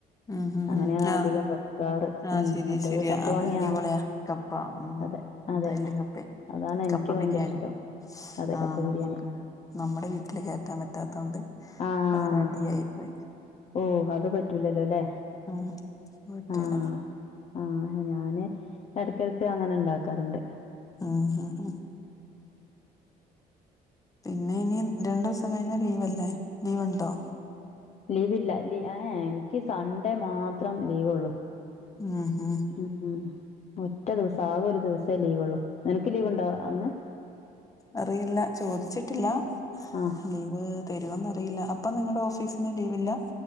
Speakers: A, on the left (about 20°); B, on the left (about 40°).
A: ഉം ഉം
B: അങ്ങനെയാണ്
A: ഉം ആഹ്
B: അധികം വെക്കാറ്
A: ആഹ്
B: ഉം
A: ശരിയാ
B: മറ്റേത്
A: ശരിയാ
B: കപ്പ
A: അത്
B: വാങ്ങിയാ
A: അടിപൊളിയ കപ്പ ഉം
B: അതെ അതെ
A: എല്ലും കപ്പേ
B: അതാണ് എനിക്ക്
A: കപ്പ
B: ഭയങ്കര
A: ബിരിയാണി
B: ഇഷ്ടം അതെ
A: ആഹ്
B: കപ്പ
A: നമ്മക്ക്
B: ബിരിയാണി
A: നമ്മുടെ വീട്ടില് കയറ്റാൻ പറ്റാത്ത കൊണ്ട്
B: ആഹ്
A: അതൊര അടിയായിപ്പോയി
B: ഓഹ് അത് പറ്റൂലല്ലോ
A: ഉം പറ്റൂല
B: ആഹ് ആഹ് ഞാന് എടെക്ക് എടെക്ക് അങ്ങ ഉണ്ടാക്കാറുണ്ട്
A: ആഹ് ഹാ ഹാ പിന്നെ ഇനി രണ്ടു ദിവസം കഴിഞ്ഞാ ലീവ് അല്ലേ ലീവ് ഉണ്ടോ
B: ലീവില്ല ലി ഏ ഏ. ഇൻക്ക് സൺഡേ മാത്രം ലീവ് ഒള്ളൂ
A: ഉം ഉം
B: ഉം ഒ റ്റ ദിവസം ആകെ ഒരു ദിവസേ ലീവ് ഒള്ളൂ നിനക്ക് ലീവ് ഉണ്ടോ അന്ന്
A: അറിയില്ല ചോദിച്ചിട്ടില്ല
B: ആഹ്
A: ലീവ് തരോ എന്നറില്ല അപ്പം നിങ്ങളുടെ ഓഫീസിന് ലീവില്ല